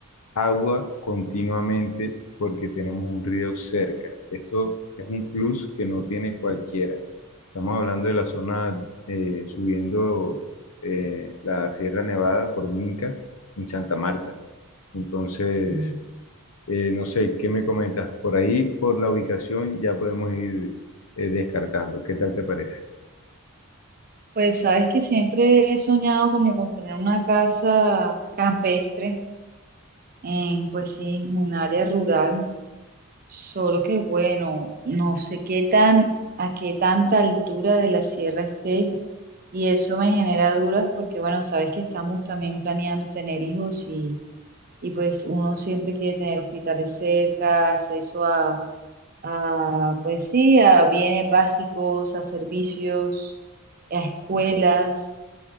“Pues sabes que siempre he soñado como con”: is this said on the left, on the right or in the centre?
Right